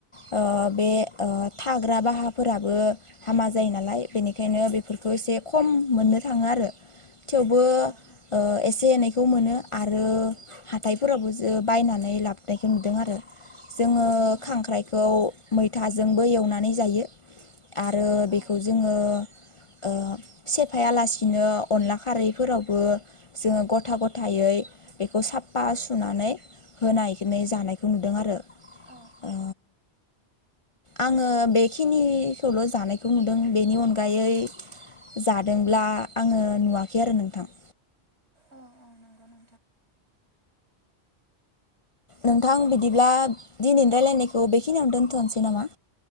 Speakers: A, on the left; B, on the right.
A: ओ- बे ओ-थाग्रा बाहाफोराबो हामा जायो नालाय बेनिखायनो बेफोरखौ। एसे खम मोननो थाङो आरो। थेवबो
B: ओं
A: ओ- एसे एनै। खौ मोनो आरो हाथायफोरावो जो बायनानै लाबोनायखौ नुदों आरो। जोङो
B: औ ओं
A: खांख्राइखौ। मैथाजोंबो एवनानै जायो। आरो बेखौ
B: ओं औ
A: जोङो। ओ-सेफायालासिनो अनला खारैफोरावबो जोङो गथा गथायै बेखौ साफा सुनानै होनायै जानायखौ नुदों आरो।
B: औ औ
A: ओ आङो बेखिनिखौल' जानायखौ नुदों बेनि अनगायै जादोंब्ला आङो नुवाखै आरो नोंथां।
B: औ औ नंगौ नों
A: नोंथां बिदिब्ला दिनै रायलायनायखौ बेखिनियावनो दोन्थ'नोसै नामा?